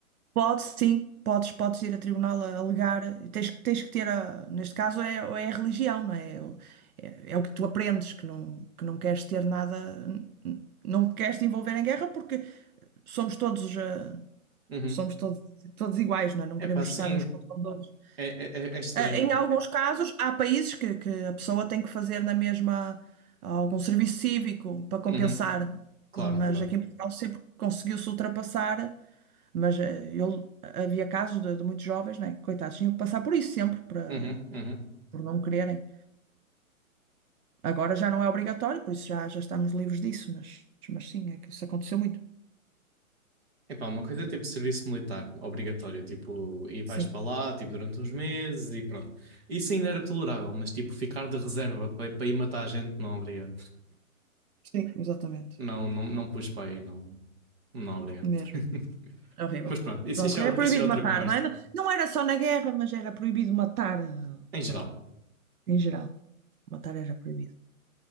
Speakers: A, on the right; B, on the right.
A: Pode, sim, podes, podes ir a tribunal a alegar, tens, que- tens que ter, a- neste caso, é, é a religião, não é? É, o é- é o que tu aprendes, que não, que não queres ter nada, n- n- não queres te envolver em guerra porque somos todos, eh,
B: Uhum.
A: somos todos, todos iguais, não é? Não
B: É
A: queremos
B: pá, sim.
A: estar uns contra os outros.
B: É, é, é é estranho.
A: Eh, Em alguns casos, há países que, que a pessoa tem que fazer na mesma algum serviço cívico para compensar,
B: Uhum. Claro,
A: mas
B: claro.
A: aqui em Portugal sempre conseguiu-se ultrapassar. Mas eh, ele, havia casos de, de muitos jovens, né? Coitados, tinham que passar por isso sempre, para,
B: Uhum. Uhum.
A: por não quererem. Agora já não é obrigatório, por isso já, já estamos livres disso, mas, mas sim, é que isso aconteceu muito.
B: Epá, uma coisa é tipo serviço militar, obrigatório, tipo, e vais
A: Sim,
B: para lá, tipo, durante uns meses e pronto. Isso ainda era tolerável, mas tipo, ficar de reserva para, para ir matar a gente, não, obrigado.
A: sim, exatamente.
B: Não, não, não pus para aí, não, não, obrigado.
A: Mesmo.
B: <laughs>
A: É horrível.
B: Mas pronto, isso,
A: Pronto,
B: isso é,
A: era
B: outra-
A: proibido
B: isso é outra
A: matar,
B: conversa,
A: não é? Não não era só na guerra, mas era proibido matar eh,
B: em geral.
A: em geral. Matar era proibido.